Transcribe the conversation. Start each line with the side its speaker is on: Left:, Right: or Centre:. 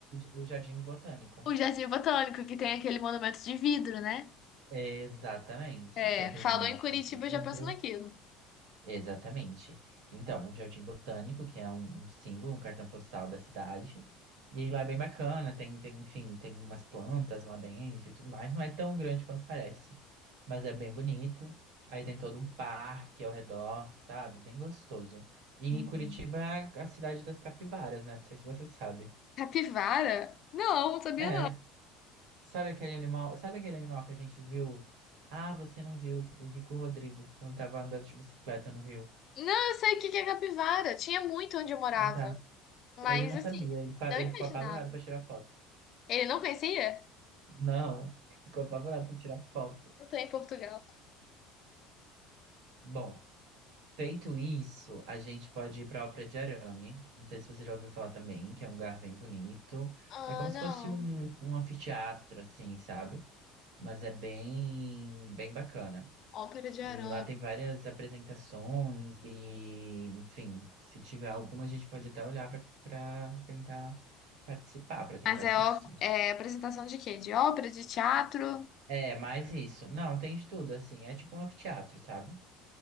Right: o Jardim Botânico.
Left: o Jardim Botânico, que tem aquele monumento de vidro, né?
Right: Exatamente.
Left: É,
Right: Que tem aquele
Left: falou
Right: monumento
Left: em Curitiba,
Right: de vidro.
Left: eu já penso naquilo.
Right: Exatamente. Então, o Jardim Botânico, que é um, um símbolo, um cartão postal da cidade. E aí lá é bem bacana, tem, tem, enfim, tem umas plantas lá dentro e tudo mais. Não é tão grande quanto parece, mas é bem bonito. Aí tem todo um parque ao redor, sabe? Bem gostoso. E
Left: Uhum.
Right: Curitiba é a a cidade das capivaras, né? Não sei se você sabe.
Left: Capivara? Não, não sabia
Right: É,
Left: não.
Right: sabe aquele animal, sabe aquele animal que a gente viu? Ah, você não viu. Eu vi com o Rodrigo quando tava andando de bicicleta no Rio.
Left: Não, eu sei o que que é capivara. Tinha muito onde eu morava.
Right: ah tá
Left: Mas,
Right: Ele não
Left: assim,
Right: sabia, ele, parou,
Left: não imaginava.
Right: ele ficou apavorado para tirar foto.
Left: Ele não conhecia?
Right: Não, ficou apavorado para tirar foto.
Left: Não tô em Portugal.
Right: Bom, feito isso, a gente pode ir para a Ópera de Arame. Não sei se você já ouviu falar também, que é um lugar bem bonito.
Left: Ah,
Right: É como se
Left: não.
Right: fosse um, um anfiteatro, assim, sabe? Mas é bem, bem bacana.
Left: Ópera de
Right: E
Left: arame.
Right: lá tem várias apresentações e, enfim, se tiver alguma, a gente pode até olhar para tentar participar, para tentar
Left: Mas
Right: assistir.
Left: é, ó- é apresentação de quê? De ópera, de teatro?
Right: É, mais isso. Não, tem de tudo, assim. É tipo um anfiteatro, sabe?